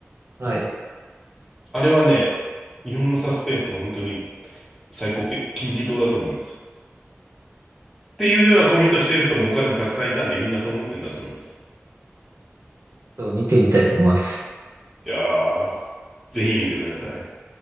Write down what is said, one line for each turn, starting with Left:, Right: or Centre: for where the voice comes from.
Right: はい。ち
Centre: あれはね、日本のサスペンスの本当に最高け金字塔だと思います。っていうようなコメントしてる人も他にもたくさんいたんで、みんなそう思ってるんだと思います。
Right: ょっと見てみたいと思います。
Centre: いやー、ぜひ見てください。